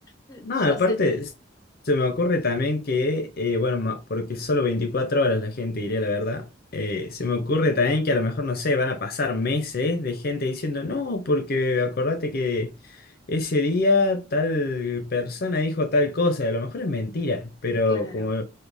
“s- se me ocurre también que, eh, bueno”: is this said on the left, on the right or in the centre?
Left